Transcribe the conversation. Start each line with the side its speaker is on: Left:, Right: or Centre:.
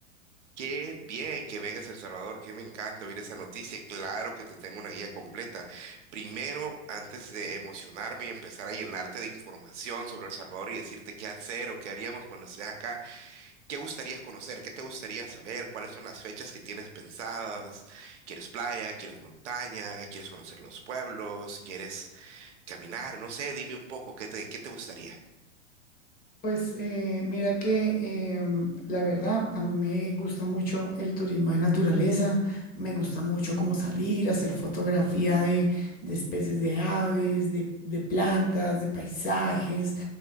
Right: Qué bien que vengas a El Salvador, que me encanta oír esa noticia. Claro que te tengo una guía completa. Primero, antes de emocionarme y empezar a llenarte de información sobre El Salvador y decirte qué hacer o qué haríamos cuando estés acá, ¿qué gustarías conocer? ¿Qué te gustaría saber? ¿Cuáles son las fechas que tienes pensadas? ¿Quieres playa? ¿Quieres montaña? ¿Quieres conocer los pueblos? ¿Quieres caminar? No sé, dime un poco, ¿qué te, qué te gustaría?
Left: Pues eh, mira que em, la verdad, a mí me gusta mucho el turismo de naturaleza, me gusta mucho como salir, hacer fotografía de, de especies de aves, de, de plantas, de paisajes,